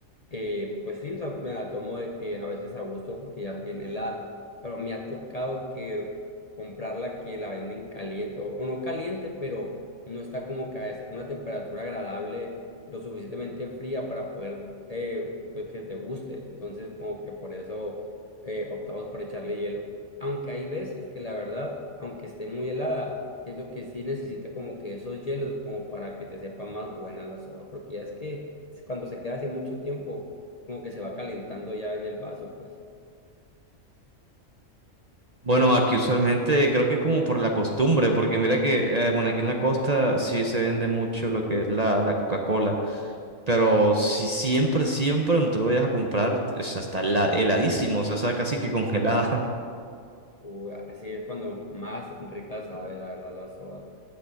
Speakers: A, on the left; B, on the right.
A: Eh, pues sí, o sea, me la tomo de que a veces a gusto porque ya viene helada, pero me ha tocado que comprarla que la venden caliente, o, o no caliente, pero no está como que a es- una temperatura agradable, lo suficientemente fría para poder, eh, pues que te guste. Entonces, como que por eso eh, optamos por echarle hielo. Aunque hay veces que la verdad, aunque esté muy helada, siento que sí necesita como que esos hielos como para que te sepa más buena la soda, porque ya es que cuando se queda así mucho tiempo, como que se va calentando ya en el vaso, pues,
B: Bueno, aquí usualmente creo que es como por la costumbre, porque mira que, eh, bueno, aquí en la costa sí se vende mucho lo que es la, la Coca-Cola, pero si siempre, siempre donde tú lo vayas a comprar, es hasta la- heladísimo, o sea, está casi que congelada.
A: o así es cuando más rica sabe la verdad la soda.